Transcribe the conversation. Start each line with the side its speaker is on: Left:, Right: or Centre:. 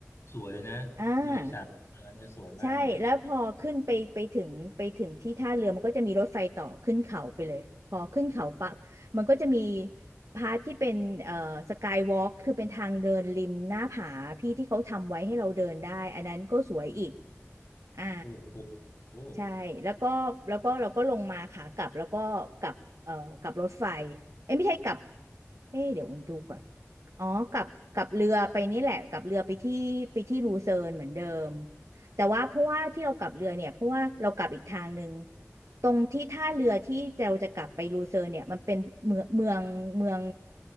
Left: สวยนะบะิษัทเออเนี่ยสวยมากเลย
Right: อ่า ใช่แล้วพอขึ้นไปไปถึงไปถึงที่ท่าเรือมันก็จะมีรถไฟต่อขึ้นเขาไปเลยพอขึ้นเขาปั๊บมันก็จะมีพาร์ทที่เป็นเอ่อสกายวอล์กคือเป็นทางเดินริมหน้าผาพี่ที่เขาทำไว้ให้เราเดินได้อันนั้นก็สวยอีกอ่า
Left: โอ้โหโอ้
Right: ใช่แล้วก็แล้วก็เราก็ลงมาขากลับแล้วก็กลับเอ่อกลับรถไฟเอ้ยไม่ใช่กลับเอ้ยเดี๋ยวอุ่นดูก่อนอ๋อกลับกลับเรือไปนี่แหละกลับเรือไปที่ไปที่ลูเซิร์นเหมือนเดิมแต่ว่าเพราะว่าที่เรากลับเรือเนี่ยเพราะว่าเรากลับอีกทางหนึ่งตรงที่ท่าเรือที่เราจะกลับไปลูเซิร์นเนี่ยมันเป็นเมืองเมืองเมือง